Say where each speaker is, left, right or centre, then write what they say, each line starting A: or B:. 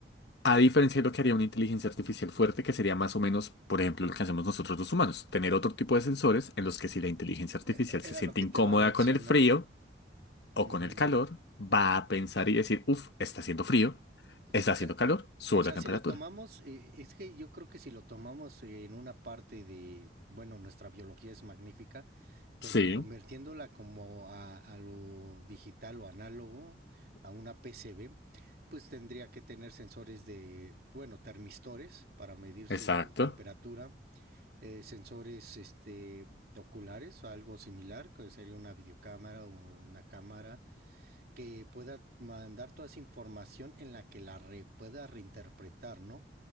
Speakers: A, on the left; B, on the right.
A: A diferencia de lo que haría una inteligencia artificial fuerte, que sería más o menos, por ejemplo, lo que hacemos nosotros los humanos, tener otro tipo de sensores en los que si la inteligencia artificial
B: e-
A: se
B: Era
A: siente
B: lo que
A: incómoda
B: te va a mencionar.
A: con el frío, o
B: Ujú.
A: con el calor, va a pensar y decir, uff, está haciendo frío, está
B: O
A: haciendo
B: sea,
A: calor, subo
B: O sea,
A: la temperatura.
B: si lo tomamos, eh, es que yo creo que si lo tomamos eh, en una parte de, bueno, nuestra biología es magnífica, pero
A: Sí,
B: convirtiéndola como a, a lo digital o análogo, a una PCB, pues tendría que tener sensores de, bueno, termistores para medir
A: exacto.
B: su temperatura, eh, sensores este, oculares, algo similar, que sería una videocámara o una cámara, que pueda mandar toda esa información en la que la re, pueda reinterpretar, ¿no?